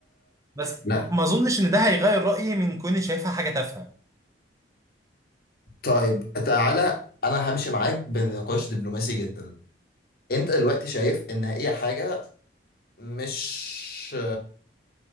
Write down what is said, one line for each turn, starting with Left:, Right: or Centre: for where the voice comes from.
Right: بس
Left: لا
Right: م- ما اظنش ان ده هيغير رايي من كوني شايفها حاجه تافهه
Left: طيب تعالى أنا همشي معاك بنقاش دبلوماسي جدا أنت دلوقتي شايف إن هي حاجة مش